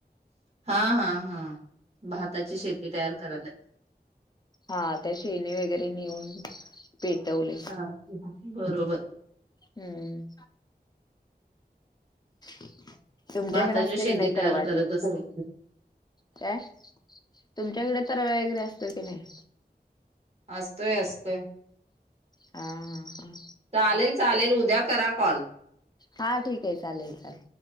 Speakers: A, on the right; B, on the left.
A: हा हा हा. भाताची शेती तयार करायला.
B: हां त्या शेणी वगैरे नेऊन पेटवले
A: हां बरोबर
B: हम्म <inaudible> तुमच्याकडे
A: भाताची
B: असते
A: शेती
B: की नाही
A: तयार
B: तरवा अजुन
A: करत असेल
B: काय तुमच्याकडे तरवा वगैरे असतोय की नाही
A: असतोय असतोय
B: हां हां
A: चालेल चालेल उद्या करा कॉल
B: हां ठीक आहे चालेल चालेल